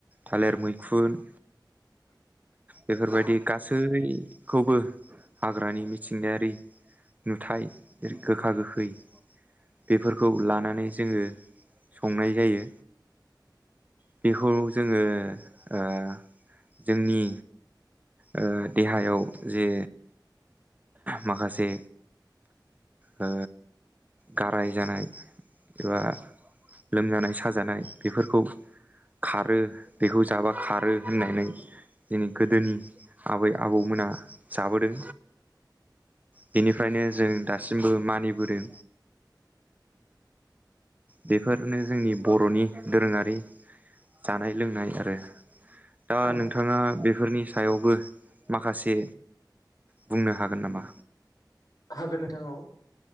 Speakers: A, on the right (about 20°); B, on the left (about 55°).
A: थालिर मैखुन बेफोरबायदि गासैखौबो हाग्रानि मिथिंगायारि नुथाय गोखा गोखै बेफोरखौ लानानै जोङो संनाय जायो बेखौ जोङो ओ जोंनि ओ देहायाव जे माखासे ओ गाराय जानाय एबा लोमजानाय साजानाय बेफोरखौ खारो बेखौ जाबा खारो होननानै जोंनि गोदोनि आबै आबौमोना जाबोदों बेनिफ्रायनो जों दासिमबो मानिबोदों बेफोरनो जोंनि बर'नि दोरोङारि जानाय लोंनाय आरो दा
B: औ
A: नोंथाङा बेफोरनि सायावबो माखासे बुंनो हागोन नामा
B: हागोन नोंथां औ